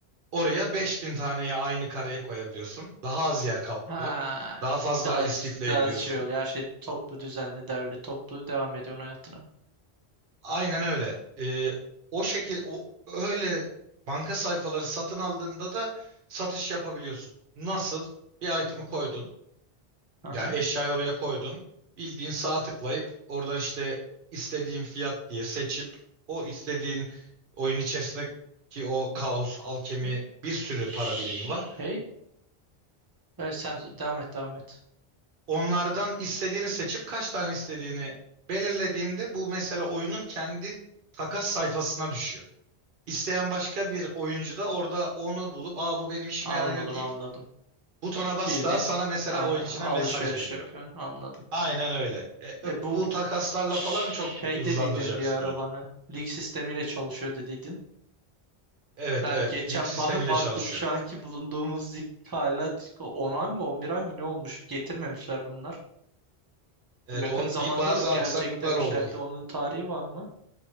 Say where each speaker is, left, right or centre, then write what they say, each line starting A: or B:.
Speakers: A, on the right; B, on the right.
A: Oraya 5000 taneyi aynı kareye koyabiliyorsun. Daha az yer kaplıyor.
B: Ha,
A: Daha fazla
B: daha,
A: istifleyebiliyorsun.
B: daha şey oluyor. Her şey toplu, düzenli, derli, toplu devam ediyorsun hayatına.
A: Aynen öyle. Ee, o şekil o, öyle banka sayfaları satın aldığında da satış yapabiliyorsun. Nasıl? Bir item'ı koydun.
B: Aha.
A: Yani eşyayı oraya koydun. Bildiğin sağa tıklayıp oradan işte istediğin fiyat diye seçip o istediğin oyun içerisindeki o kaos, alkemi
B: E,
A: bir sürü
B: Şey,
A: para birimi var.
B: e, sen devam et, devam et.
A: Onlardan istediğini seçip kaç tane istediğini belirlediğinde bu mesela oyunun kendi takas sayfasına düşüyor. İsteyen başka bir oyuncu da orada onu bulup aa bu benim işime
B: Anladım,
A: yarıyor deyip
B: anladım.
A: butona bastığın
B: Bildiğin
A: sana mesela
B: aynen
A: oyun içine
B: alışveriş
A: mesaj geliyor.
B: yapıyorsun. Anladım.
A: Aynen öyle. E, ö-
B: E
A: bu
B: bu
A: takaslarla
B: şey
A: falan çok hızlandıracaksın
B: dediydin bir arabana.
A: oyunu.
B: Lig sistemiyle çalışıyor dediydin.
A: Evet
B: Ben
A: evet
B: geçen
A: lig sistemiyle
B: ba- <laughs> baktım
A: çalışıyor.
B: şu anki bulunduğumuz lig hala 10 ay mı 11 ay mı ne olmuş? Getirmemişler bunlar.
A: Evet
B: Yakın
A: o
B: zamanda
A: bir bazı
B: gelecek
A: aksaklıklar
B: demişlerdi.
A: oldu.
B: Onun tarihi var mı?